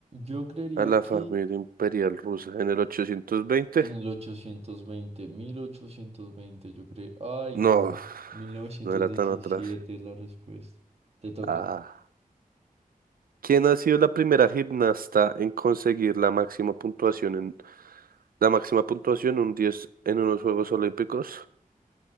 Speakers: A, on the right; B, on the right.
A: Yo creería
B: A la
A: que
B: familia imperial rusa en el 820.
A: En el ochocientos veinte, mil ochocientos veinte, yo creo. Ay,
B: No,
A: no. mil novecientos
B: no era
A: diecisiete
B: tan atrás.
A: es la respuesta. Te toca.
B: Ah. ¿Quién ha sido la primera gimnasta en conseguir la máxima puntuación en La máxima puntuación, un 10 en unos Juegos Olímpicos.